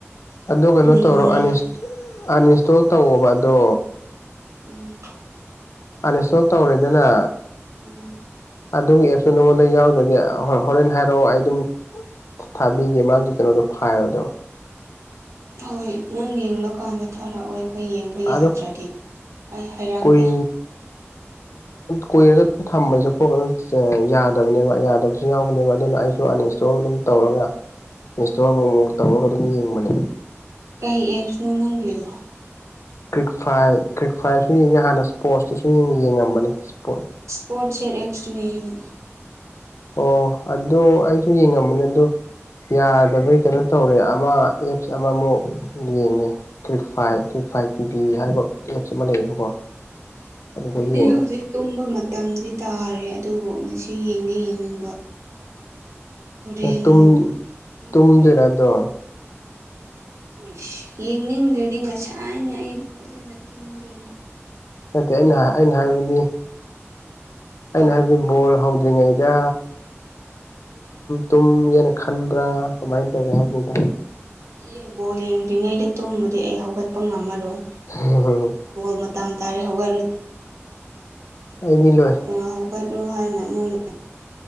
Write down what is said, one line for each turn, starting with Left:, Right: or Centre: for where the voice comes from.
Left: ꯑ ꯀꯩꯅꯣ
Right: ꯂꯤꯡ
Left: ꯇꯧꯔꯣ
Right: ꯂꯩ
Left: ꯑꯅꯤꯁ
Right: ꯍꯥꯏ
Left: ꯑꯅꯤꯁꯇꯣ ꯇꯧꯕ ꯑꯗꯣ
Right: ꯎꯝ
Left: ꯑꯥꯅꯤꯁꯇꯣ ꯇꯧꯔꯦꯗꯅ
Right: ꯎꯝ
Left: ꯑꯗꯨꯒꯤ ꯑꯦꯞꯁꯨ ꯅꯉꯣꯟꯗ ꯌꯥꯎꯗꯒꯦ ꯍꯣꯔꯦꯟ ꯍꯥꯏꯔꯛꯑꯣ ꯑꯩ ꯑꯗꯨꯝ ꯊꯥꯕꯤꯒꯦ ꯃꯥꯒꯤ ꯀꯩꯅꯣꯗꯣ ꯐꯥꯏꯜꯗꯣ
Right: ꯍꯣꯏ ꯅꯪ ꯌꯦꯡꯂꯀꯥꯟꯗ ꯊꯥꯔꯛꯑꯣ ꯑꯩꯈꯣꯏ ꯌꯦꯡꯕ
Left: ꯑꯗꯣ
Right: ꯌꯥꯗ꯭ꯔꯗꯤ ꯑꯩ ꯍꯥꯏꯔꯛꯀꯦ
Left: ꯀꯨꯏ
Right: <inaudible>
Left: ꯀꯨꯏꯔꯒ ꯊꯝꯕꯁꯨ ꯈꯣꯠꯄ ꯌꯥꯗꯕꯅꯦꯕ ꯌꯥꯗꯕꯁꯨ ꯌꯥꯎꯕꯅꯦꯕ ꯑꯗꯨꯅ ꯑꯩꯁꯨ ꯏꯟꯁꯇꯣꯜ ꯑꯗꯨꯝ ꯇꯧꯔꯒ ꯏꯟꯁꯇꯣꯜ ꯑꯃꯨꯛꯃꯨꯛ ꯇꯧꯔꯒ ꯑꯗꯨꯝ ꯌꯦꯡꯕꯅꯤ
Right: ꯀꯩ ꯑꯦꯞꯁꯅꯣ ꯅꯪꯒꯤꯅꯣ
Left: ꯀ꯭ꯔꯤꯛ ꯐꯥꯏ ꯀ꯭ꯔꯤꯛ ꯐꯥꯏꯁꯨ ꯌꯦꯡꯉꯦ ꯍꯥꯟꯅ ꯏꯁ꯭ꯄꯣꯔꯠꯁꯇꯁꯨ ꯌꯦꯡꯉꯝꯕꯅꯦ ꯁꯄꯣꯔꯠ
Right: ꯁ꯭ꯄꯣꯔꯠꯁꯦꯠ ꯑꯦꯛꯁꯇ꯭ꯅꯦ ꯍꯥꯏꯩꯅ
Left: ꯑꯣ ꯑꯗꯨꯣ ꯑꯩꯁꯨ ꯌꯦꯡꯉꯝꯕꯅꯦ ꯑꯗꯣ ꯌꯥꯗꯕꯒꯤ ꯀꯩꯅꯣ ꯇꯧꯔꯦ ꯑꯃ ꯑꯦꯞꯁ ꯑꯃꯃꯨꯛ ꯌꯦꯡꯉꯦ ꯀ꯭ꯋ ꯐꯥꯏ ꯀ꯭ꯋꯛ ꯐꯥꯏ ꯇꯤꯚꯤ ꯍꯥꯏꯕ ꯑꯦꯞꯁ ꯑꯃ ꯂꯩꯌꯦꯕꯀꯣ ꯑꯗꯨꯗ
Right: ꯑꯩꯗꯤ
Left: ꯌꯦꯡꯉꯦ
Right: ꯍꯧꯖꯤꯛ ꯇꯨꯝꯕ ꯃꯇꯝꯗꯤ ꯇꯥꯔꯦ ꯑꯗꯨꯕꯨ ꯉꯁꯤ ꯌꯦꯡꯗꯤ ꯌꯦꯡꯅꯤꯡꯕ ꯍꯣꯔꯦꯟ
Left: ꯇꯨꯝ ꯇꯨꯝꯗꯣꯏꯔ
Right: ꯍꯣꯔ ꯅꯇꯩ
Left: ꯑꯗꯣ
Right: ꯏꯁ ꯌꯦꯡꯅꯤꯡꯗ꯭ꯔꯗꯤ ꯉꯁꯥꯏꯅ ꯑꯩ ꯐꯖꯅ ꯇꯨꯝꯗꯣꯏꯅꯤ
Left: ꯅꯠꯇꯦ ꯑꯩꯅ ꯑꯩꯅ ꯍꯥꯏꯕꯗꯤ
Right: ꯍꯥ
Left: ꯑꯩꯅ ꯍꯥꯏꯕꯗꯤ ꯣ ꯍ ꯍꯧꯗ꯭ꯔꯤꯉꯩꯗ ꯇꯨꯝꯒꯦꯅ ꯈꯟꯕ꯭ꯔꯥ ꯀꯃꯥꯏꯅ ꯇꯧꯒꯦ ꯍꯥꯏꯕꯅꯤꯗ
Right: ꯑꯦ ꯕꯣꯜ ꯌꯦꯡꯗ꯭ꯔꯤꯉꯩꯗ ꯇꯨꯝꯃꯗꯤ ꯑꯩ ꯍꯧꯒꯠꯄ ꯉꯝꯃꯔꯣꯏ
Left: ꯍ ꯍ ꯍ
Right: ꯕꯣꯜ ꯃꯇꯝ ꯇꯥꯔꯦ ꯍꯧꯒꯠꯂꯨ
Left: ꯑꯩꯗꯤ ꯂꯣꯏ
Right: ꯂ ꯍꯧꯒꯠꯂꯨ ꯍꯥꯏꯅ ꯃꯣꯏꯅ